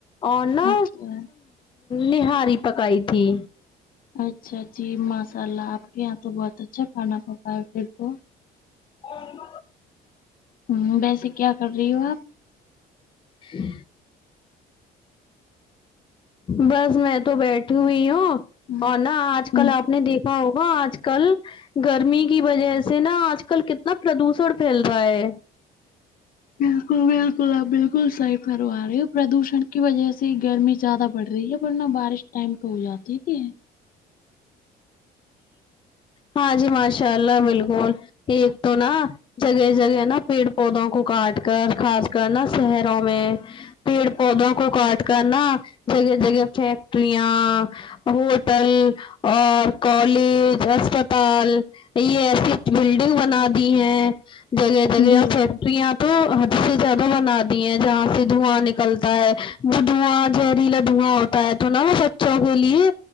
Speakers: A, on the left; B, on the left.
A: اور نا
B: اچھا
A: نہاری پکائی تھی
B: اچھا جی ماشاء اللہ آپ کے یہاں تو بہت اچھا کھانا پکا ہے پھر تو
A: اور <inaudible>
B: ہوں ویسے کیا کر رہی ہو آپ
A: ہ <inaudible> بس میں تو بیٹھی ہوئی ہوں
B: آپ
A: اور نا آج
B: جی
A: کل آپ نے دیکھا ہوگا آج کل گرمی کی وجہ سے نا آج کل کتنا پردوشن پھیل رہا ہے
B: بالکل بالکل بالکل آپ بالکل صحیح فرما رہی ہو پردوشن کی وجہ سے گرمی زیادہ بڑھ رہی ہے ورنہ بارش ٹائم پہ ہو جاتے تھی
A: ہاں جی ماشاء اللہ بالکل ایک تو نا جگہ جگہ نا پیڑ پودوں کو کاٹ کر خاص کر نا شہروں میں پیڑ پودوں کو کاٹ کر نا جگہ جگہ فیکٹریاں ہوٹل اور کالج اسپتال یہ ایسی بلڈنگ بنا دی ہیں جگہ جگہ
B: بالکل
A: فیکٹرییاں تو حد سے زیادہ بنا دی ہیں جہاں سے دھواں نکلتا ہے وہ دھواں زہریلا دھواں ہوت پہلے تو نا وہ بچوں کے لیے